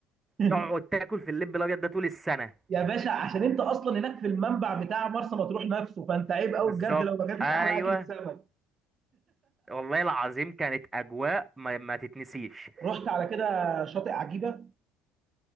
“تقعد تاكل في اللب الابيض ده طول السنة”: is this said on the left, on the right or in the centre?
Right